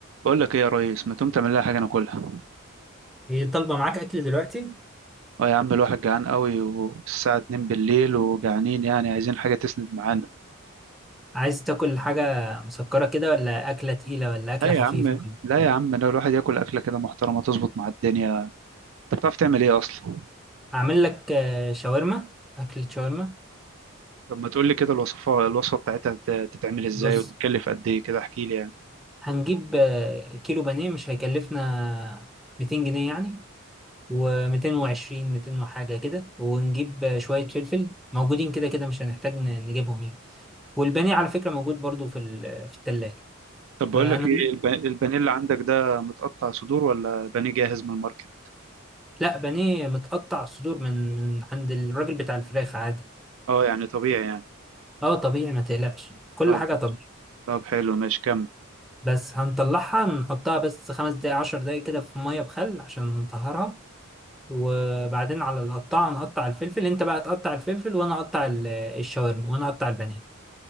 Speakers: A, on the right; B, in the centre.
A: بقول لك ايه يا ريس ما تقوم تعمل لها حاجه ناكلها
B: هي طالبة معاك أكل دلوقتي؟
A: اه يا عم الواحد جعان قوي والساعه 2 بالليل وجعانين يعني عايزين حاجه تسند معانا
B: عايز تاكل حاجة مسكرة كده ولا أكلة تقيلة ولا أكلة
A: لا
B: خفيفة؟
A: يا عم لا يا عم لا الواحد ياكل اكله كده محترمه تظبط مع الدنيا انت بتعرف تعمل ايه اصلا
B: أعمل لك آه، شاورما أكلة شاورما
A: طب ما تقول لي كده الوصفه الوصفه بتاعتها تت- تتعمل ازاي
B: بص
A: وتتكلف قد ايه كده احكي لي يعني
B: هنجيب آه، كيلو بانيه مش هيكلفنا 200 جنيه يعني و220 200 وحاجة كده ونجيب آه، شوية فلفل موجودين كده كده مش هنحتاج ن- نجيبهم يعني والبانيه على فكرة موجود برضو في ال- في التلاجة
A: طب
B: فأنا
A: بقول لك ايه الب- البانيه اللي عندك ده متقطع صدور ولا بانيه جاهز من الماركت
B: لا بانيه متقطع صدور من من عند الراجل بتاع الفراخ عادي
A: اه يعني طبيعي يعني
B: اه طبيعي ما تقلقش كل
A: طب
B: حاجة طبيعي
A: طب حلو ماشي كمل
B: بس هنطلعها نحطها بس خمس دقايق عشر دقايق كده في مية بخل عشان نطهرها وبعدين على القطاعة نقطع الفلفل انت بقى تقطع الفلفل وانا اقطع ال- الشاورما وانا اقطع البانيه